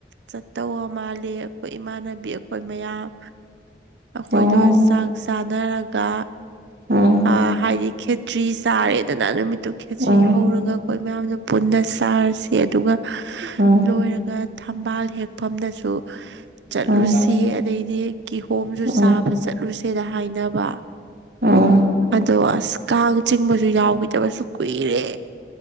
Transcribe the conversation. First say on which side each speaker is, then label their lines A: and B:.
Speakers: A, on the right (about 80°); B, on the right (about 55°).
A: ꯆꯠꯇꯧ ꯃꯥꯜꯂꯤ ꯑꯩꯈꯣꯏ ꯏꯃꯥꯟꯅꯕꯤ ꯑꯩꯈꯣꯏ ꯃꯌꯥꯝ ꯑꯩꯈꯣꯏꯗꯣ
B: ꯑꯣ
A: ꯆꯥꯛ ꯆꯥꯅꯔꯒ
B: ꯎꯝ
A: ꯑ ꯍꯥꯏꯗꯤ ꯈꯦꯆꯤ ꯆꯥꯔꯦꯗꯅ ꯅꯨꯃꯤꯠꯇꯨ ꯈꯦꯆꯤ
B: ꯎꯝ
A: ꯍꯧꯔꯒ ꯑꯩꯈꯣꯏ ꯃꯌꯥꯝꯗ ꯄꯨꯟꯅ ꯆꯔꯁꯤ ꯑꯗꯨꯒ
B: ꯎꯝ
A: ꯂꯣꯏꯔꯒ ꯊꯝꯕꯥꯜ ꯍꯦꯛꯐꯝꯗꯁꯨ ꯆꯠꯂꯨꯁꯤ
B: ꯎꯝ
A: ꯑꯗꯩꯗꯤ ꯀꯤꯍꯣꯝꯁꯨ
B: ꯎꯝ
A: ꯆꯥꯕ ꯆꯠꯂꯨꯁꯦꯗ ꯍꯥꯏꯅꯕ
B: ꯎꯝ
A: ꯑꯗꯣ ꯑꯁ ꯀꯥꯡ ꯆꯤꯡꯕꯁꯨ ꯌꯥꯎꯈꯤꯗꯕꯁꯨ ꯀꯨꯏꯔꯦ